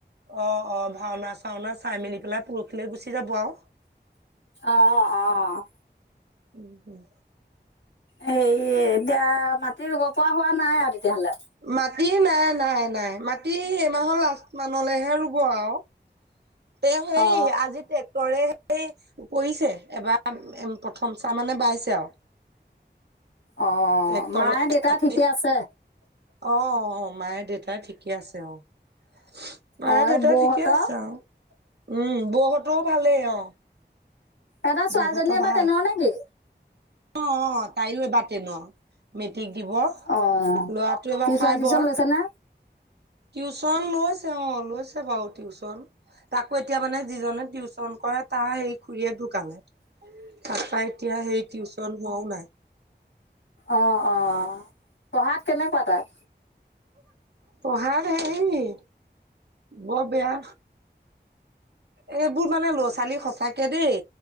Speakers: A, on the right; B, on the left.
A: অ', অ', ভাওনা-চাওনা চাই মেলি পেলাই পৰখিলৈ গুচি যাব আও।
B: অ অ'।
A: উম, উম।
B: হেই এতিয়া মাটি ৰুব পৰা হোৱা নাই আৰু তেতিয়াহ'লে।
A: মাটি নাই, নাই, নাই, মাটি এইমাহৰ লাষ্ট মানলৈহে ৰুব আৰু। তেওঁ সেৰি
B: অ
A: আজি ট্ৰেক্টৰে এই কৰিছে এবাৰ প্ৰথম চাৰ মানে বাইছে আৰু।
B: অ
A: টেক্টৰ
B: মায়ে
A: <unintelligible>
B: দেউতা ঠিকে
A: অ'। অ',
B: আছে
A: মায়ে দেউতাই ঠিকে আছে, অ', মায়ে
B: অ
A: দেউতাই
B: বৌহঁতৰ
A: ঠিকে আছে আৰু। উম, বৌহ'তো ভালেই অ'।
B: এটা ছোৱালীজনী
A: বৌহঁতৰ
B: এবাৰ
A: ভাল
B: তেনও নেকি?
A: অ', অ', তায়ো এবাৰ টেনত মে দিক দিব ল'ৰাটোৱে
B: অ
A: এবাৰ
B: টিউচন
A: ফাইভৰ।
B: চিউচন লৈছে নে
A: টিউশন লৈছে অ', লৈছে বাৰু টিউশন তাকো এতিয়া মানে যিজনে টিউশন কৰে তাৰ সেই খুৰীয়েক ঢুকালে।
B: <inaudible>
A: তাৰপা এতিয়া সেই টিউশন হোৱাও নাই।
B: অ', অ', পঢ়াত কেনেকুৱা তাত?
A: পঢ়াৰ হেৰি বৰ বেয়া। এইবোৰ মানে ল'ৰা ছোৱালী সচাকে দেই,